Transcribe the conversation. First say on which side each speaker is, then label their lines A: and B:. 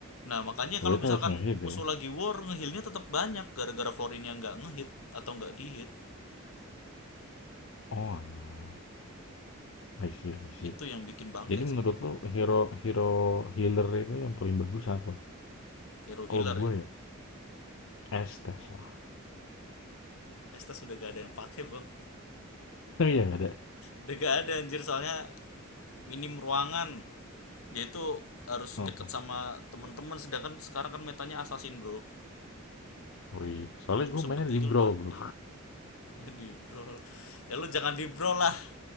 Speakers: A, on the left; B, on the left.
A: Nah, makanya
B: berarti
A: kalau misalkan
B: harus nge-hit
A: musuh
B: ya?
A: lagi war, ngehealnya tetap banyak gara-gara Florin yang nggak ngehit atau nggak dihit.
B: Oalah, I see I see.
A: Itu yang bikin bangke
B: Jadi menurut
A: sih.
B: lo hero hero healer itu yang paling bagus apa?
A: Hero healer
B: Kalau gue
A: ya.
B: ya, Estes lah.
A: Estes sudah gak ada yang pakai bang
B: <laughs> Oh gak ada?
A: udah gak ada anjir soalnya minim ruangan dia itu harus
B: Oh,
A: deket sama teman-teman sedangkan sekarang kan metanya assassin bro
B: oh iya, soalnya
A: belum
B: gue
A: sempet
B: mainnya
A: di
B: di
A: heal
B: Brawl,
A: mati
B: Bro.
A: mana di brawl ya lu jangan di brawl lah